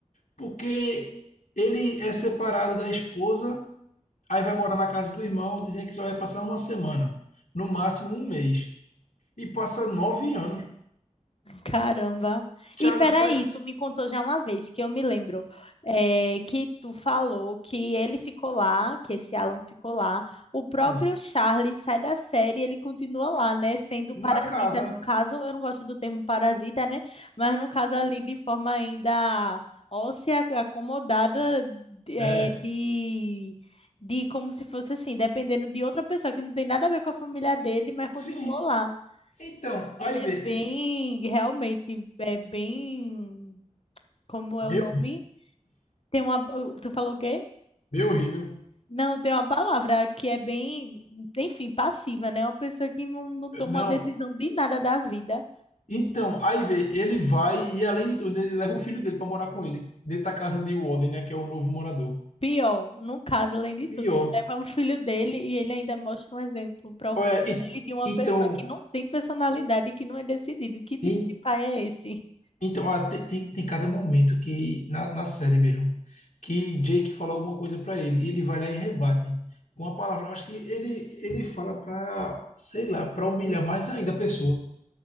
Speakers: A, on the left; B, on the left.
A: Porque ele é separado da esposa, aí vai morar na casa do irmão, dizendo que só vai passar uma semana. No máximo um mês. E passa nove anos.
B: Caramba.
A: Charlie
B: E peraí,
A: sai,
B: tu me contou já uma vez que eu me lembro eh, que tu falou que ele ficou lá, que esse Alan ficou lá. O próprio
A: sim,
B: Charlie sai da série, e ele continua lá, né? Sendo
A: na
B: parasita,
A: casa.
B: no caso, eu não gosto do termo parasita, né? Mas no caso ali de forma ainda óssea, acomodada eh,
A: É,
B: de, de como se fosse assim, dependendo de outra pessoa que não tem nada a ver com a família dele, mas continuou
A: Sim.
B: lá.
A: Então,
B: Ele
A: aí vê.
B: é bem,
A: ele-
B: realmente, é bem, como é
A: Meu,
B: o nome? Tem uma, tu falou o quê?
A: meu horrível.
B: Não, tem uma palavra que é bem, enfim, passiva, né? Uma pessoa que não, não toma
A: Não.
B: uma decisão de nada da vida.
A: Então, aí vê, ele vai e além de tudo, ele leva o filho dele pra morar com ele, dentro da casa de Walden, né, que é o novo morador.
B: Pior, no caso, além de
A: Pior.
B: tudo, ele leva o filho dele e ele ainda mostra um exemplo para o
A: Olha,
B: filho dele
A: e-
B: de uma
A: então,
B: pessoa que não tem personalidade e que não é decidido. Que tipo
A: e-
B: de pai é esse?
A: então, olha, tem, tem, tem cada momento que na, na série mesmo que Jake fala alguma coisa pra ele e ele vai lá e rebate com uma palavra. Acho que ele ele fala pra, sei lá, pra humilhar mais ainda a pessoa.